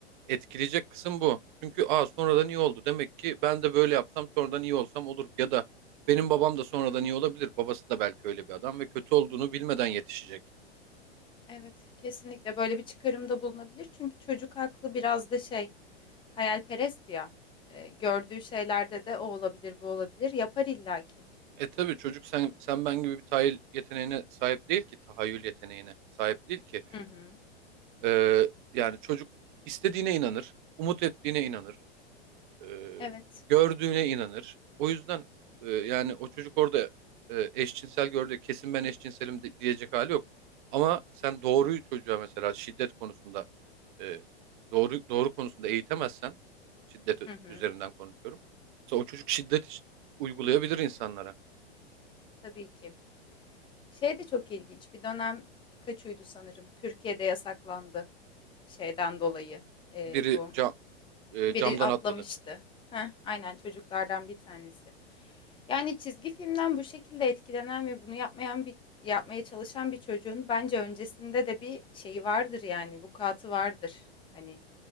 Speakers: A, on the right (about 50°); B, on the left (about 15°).
A: etkileyecek kısım bu. Çünkü aa sonradan iyi oldu. Demek ki ben de böyle yapsam sonradan iyi olsam olur. Ya da benim babam da sonradan iyi olabilir. Babası da belki öyle bir adam ve kötü olduğunu bilmeden yetişecek.
B: evet kesinlikle böyle bir çıkarımda bulunabilir. Çünkü çocuk aklı biraz da şey hayalperest ya. E, gördüğü şeylerde de o olabilir bu olabilir yapar illaki.
A: E tabii çocuk sen, sen ben gibi bir tahayyül yeteneğine sahip değil ki. Tahayyül yeteneğine sahip değil ki.
B: Hı hı.
A: Ee, yani çocuk istediğine inanır. Umut ettiğine inanır. ee,
B: Evet.
A: gördüğüne inanır. O yüzden e, yani o çocuk orada e, eşcinsel gördü. Kesin ben eşcinselim de- diyecek hali yok. Ama sen doğruyu çocuğa mesela şiddet konusunda e, doğru doğru konusunda eğitemezsen şiddet
B: Hı hı.
A: üzerinden konuşuyorum. Mesela o çocuk şiddet uygulayabilir insanlara
B: Tabii ki. Şey de çok ilginç. Bir dönem Pikachu'ydu sanırım. Türkiye'de yasaklandı şeyden dolayı. E,
A: biri
B: bu
A: ca- e,
B: biri
A: camdan
B: atlamıştı.
A: atladı.
B: Heh, aynen çocuklardan bir tanesi. Yani çizgi filmden bu şekilde etkilenen ve bunu yapmayan bir yapmaya çalışan bir çocuğun bence öncesinde de bir şeyi vardır yani vukuatı vardır. Hani